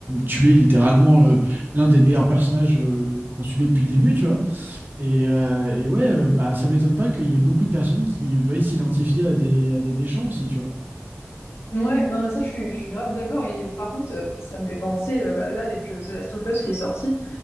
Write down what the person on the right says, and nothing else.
tué littéralement euh, l'un des meilleurs personnages euh, qu'on suivait depuis le début, tu vois. Et, euh, et ouais, euh, bah, ça m'étonne pas qu'il y ait beaucoup de personnes qui veuillent s'identifier à des, à des méchants aussi, tu vois.